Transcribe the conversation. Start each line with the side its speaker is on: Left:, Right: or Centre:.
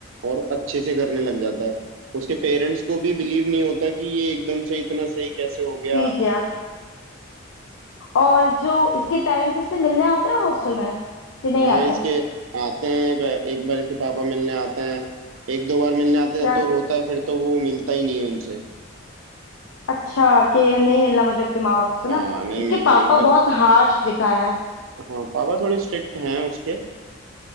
Right: और अच्छे से करने लग जाता है उसके पेरेंट्स को भी बिलीव नहीं होता कि ये एकदम से इतना सही कैसे हो गया
Left: ठीक है और जो इसके पेरेंट्स उससे मिलने आते हैं हॉस्टल में कि नहीं
Right: हाँ
Left: आते
Right: इसके आते हैं एक बार इसके पापा मिलने आते हैं एक दो बार मिलने आते हैं
Left: क्या
Right: तो रोता है फिर तो वो मिलता ही नहीं है उनसे
Left: अच्छा कि नहीं मिलना मुझे अपने माँ बाप से
Right: हाँ
Left: ना
Right: नहीं
Left: इसके
Right: मिलना
Left: पापा
Right: ही पर
Left: बहुत हार्श दिखा है
Right: हाँ पापा थोड़े स्ट्रिक्ट हैं उसके